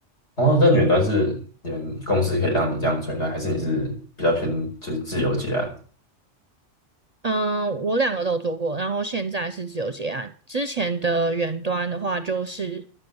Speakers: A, on the left; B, on the right.
A: 哦，但远端是你们公司可以让你这样纯远端，还是你是比较偏就是自由接案？
B: 嗯，我两个都有做过，然后现在是自由结案。之前的远端的话，就是